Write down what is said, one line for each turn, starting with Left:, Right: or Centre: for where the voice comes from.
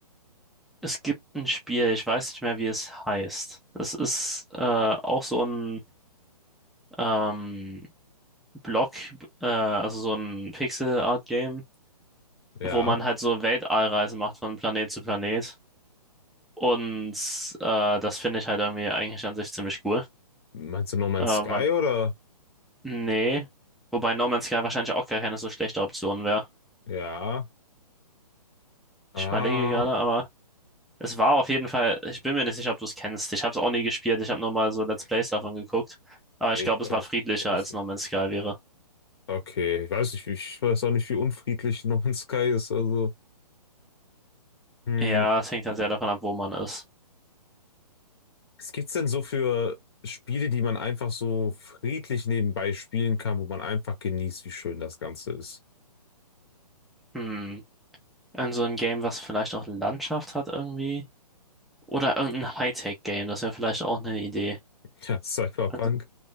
Centre: Es gibt ein Spiel, ich weiß nicht mehr, wie es heißt. Das ist äh, auch so ein ähm, Block, äh, also so ein Pixel-Art-Game,
Left: ja.
Centre: wo man halt so Weltallreisen macht von Planet zu Planet. Und äh, das finde ich halt irgendwie eigentlich an sich ziemlich cool.
Left: Meinst du No Man's
Centre: Aber
Left: Sky oder?
Centre: nee. Wobei No Man's Sky wahrscheinlich auch gar keine so schlechte Option wäre.
Left: Ja. Ah,
Centre: Ich überlege gerade, aber. Es war auf jeden Fall, ich bin mir nicht sicher, ob du es kennst. Ich habe es auch nie gespielt, ich habe nur mal so Let's Plays davon geguckt. Aber
Left: nee,
Centre: ich glaube,
Left: ich glaube,
Centre: es war friedlicher
Left: ich kenne das
Centre: als
Left: nicht.
Centre: No Man's Sky wäre.
Left: Okay, ich weiß nicht, wie- ich weiß auch nicht, wie unfriedlich No Man's Sky ist. Also. Hm,
Centre: Ja, es hängt halt sehr davon ab, wo man ist.
Left: was gibt's denn so für Spiele, die man einfach so friedlich nebenbei spielen kann, wo man einfach genießt, wie schön das Ganze ist?
Centre: Hm. Irgend so ein Game, was vielleicht auch Landschaft hat irgendwie. Oder irgendein Hightech-Game, das wäre vielleicht auch eine Idee.
Left: Tja, Cyberpunk?
Centre: Also,